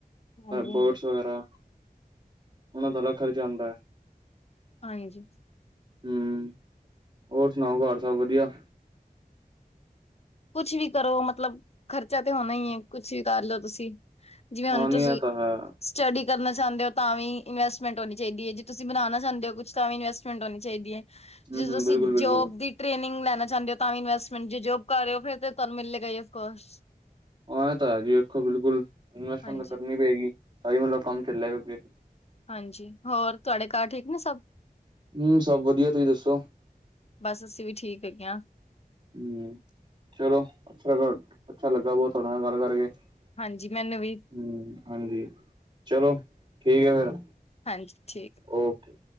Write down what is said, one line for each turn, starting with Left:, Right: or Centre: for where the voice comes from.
Left: ਹਾਂਜੀ
Right: ਬੋਡਸ
Left: ਹਾਂਜੀ
Right: ਵਗੈਰਾ ਉਹਨਾਂ ਦਾ ਅਲਗ ਖਰਚਾ ਆਂਦੈ
Left: ਹਾਂ ਜੀ
Right: ਹਮ ਹੋਰ ਸੁਣਾਓ ਘਰ ਸਭ ਵਧੀਆ।
Left: ਕੁਛ ਵੀ ਕਰੋ ਮਤਲਬ ਖਰਚਾ ਤੇ ਹੋਣਾ ਈ ਏ ਕੁਛ ਵੀ ਕਰ ਲਓ ਤੁਸੀਂ ਜਿਵੇਂ ਹੁਣ
Right: ਹਾਂ ਨੀ
Left: ਤੁਸੀਂ
Right: ਇਹ ਤਾਂ ਹੈ
Left: ਸਟਡੀ ਕਰਨਾ ਚਾਹੁੰਦੇ ਹੋ ਤਾਂ ਵੀ ਇਨਵੈਸਟਮੈਂਟ ਹੋਣੀ ਚਾਹੀਦੀ ਏ ਜੇ ਤੁਸੀਂ ਬਣਾਉਣਾ ਚਾਹੁੰਦੇ ਹੋ ਕੁਛ ਤਾਂ ਵੀ ਇਨਵੈਸਟਮੈਂਟ ਹੋਣੀ ਚਾਹੀਦੀ ਏ।
Right: ਹੂੰ
Left: ਜੇਂ
Right: ਹੂੰ
Left: ਤੁਸੀ
Right: ਬਿਲਕੁਲ ਬਿਲਕੁਲ
Left: ਜੋਬ ਦੀ ਟ੍ਰੇਨਿੰਗ ਲੈਣਾ ਚਾਹੁੰਦੇ ਹੋ ਤਾਂ ਵੀ ਇਨਵੈਸਟਮੈਂਟ ਜੇ ਜੋਬ ਕਰ ਰਏ ੳ ਫਿਰ ਤੇ ਤੁਹਾਨੂੰ ਮਿਲਲੇ ਗਈ ਅਫਕੋਰਸ।
Right: ਹਾਂ ਐਹ ਤਾਂ ਹੈ ਜੀ ਵੇਖੋ ਬਿਲਕੁਲ ਇਨਸਟਮੈਂਟ
Left: ਹਾਂਜੀ।
Right: ਤਾਂ ਕਰਨੀ ਪਏਗੀ ਤਾਂਹੀ ਮਤਲਬ ਕੰਮ ਚੱਲੇਗਾ ਅੱਗੇ।
Left: ਹਾਂਜੀ ਹੋਰ ਤੁਆਡੇ ਘਰ ਠੀਕ ਨੇ ਸਭ।
Right: ਹੂੰਮ ਸਭ ਵਧੀਆ ਤੁਸੀਂ ਦੱਸੋ।
Left: ਬਸ ਅਸੀਂ ਵੀ ਠੀਕ ਹੈਗੇ ਹਾਂ
Right: ਹੂੰ ਚਲੋ <unintelligible> ਅੱਛਾ ਲੱਗਾ ਬਹੁਤ ਤੁਹਾਡੇ ਨਾਲ ਗੱਲ ਕਰਕੇ ਹਮ
Left: ਹਾਂਜੀ ਮੈਨੂੰ ਵੀ
Right: ਹਾਂਜੀ। ਚਲੋ ਠੀਕ ਆ ਫੇਰ
Left: ਹਾਂਜੀ ਠੀਕ।
Right: ਓਕੇ।